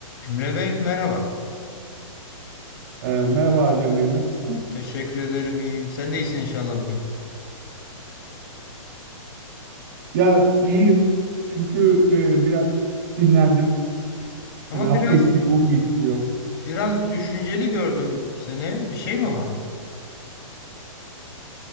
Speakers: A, on the left; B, on the right.
A: Emre Bey merhaba.
B: Ee, merhaba Adem Bey, nasılsın?
A: Teşekkür ederim iyiyim. Sen de iyisin inşallah bugün.
B: Ya iyiyim çünkü e, biraz dinlendim.
A: Ama
B: Hani hafta
A: biraz
B: içi yoğun geçiyor.
A: biraz düşünceli gördüm seni. Bir şey mi var?